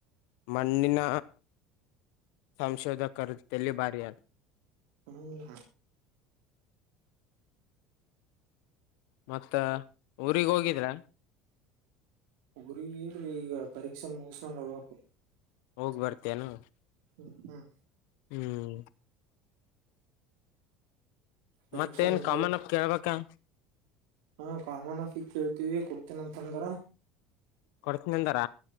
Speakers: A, on the left (about 75°); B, on the right (about 85°).
A: ಮಣ್ಣಿನ ಸಂಶೋಧಕಲ್ಲಿ ತಲಿ ಭಾರಿಯ
B: ಹ್ಮ
A: ಮತ್ತ ಊರಿಗ್ ಹೋಗಿದ್ರ
B: ಊರಿಗಿ ಈಗ ಪರೀಕ್ಷೆ ಮುಗಸ್ಕೊಂಡು ಹೋಗಬೇಕು
A: ಹೋಗ್ ಬರ್ತೇ ಎನು
B: ಹ್ಮ್
A: ಹ್ಮ್
B: ಪರೀಕ್ಷೆ
A: ಮತ್ತೇನ್
B: ಮುಗಿಯ
A: ಕಾಮನ್ ಅಪ್ ಕೇಳ್ಬಾಕೇನು
B: ಹಾ ಕಾಮನ್ಫ ಈ ಕೇಳ್ತೀವಿ ಕೊಡ್ತೀನ ಅಂತ ಅಂದ್ವ್ರ
A: ಕೊಡ್ತೀನಿ ಅಂದಾರ